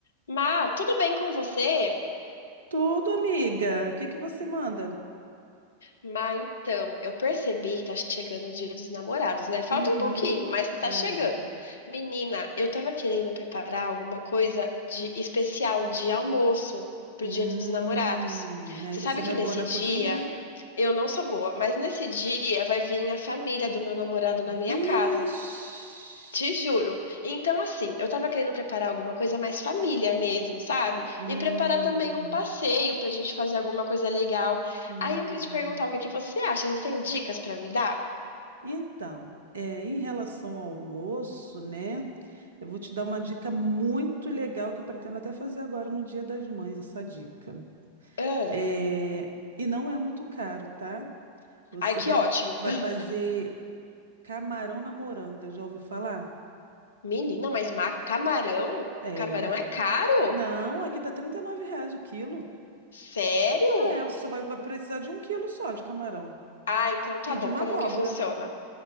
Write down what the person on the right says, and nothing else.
Tudo, amiga. O que que você manda?
Uhum,
é.
Hum,
aí
você
não
é
boa na
cozinha, né?
Vixe.
Hum,
hum.
Então, é, em relação ao almoço, né? Eu vou te dar uma dica muito legal que eu pretendo até fazer agora no Dia das Mães, essa dica.
É, e não é muito caro, tá? Você
vai,
vai
fazer camarão na moranga, já ouviu falar?
É.
Não, aqui tá 39 reais o quilo.
É, você só vai, vai precisar de um quilo só de camarão.
E de
uma
abóbora.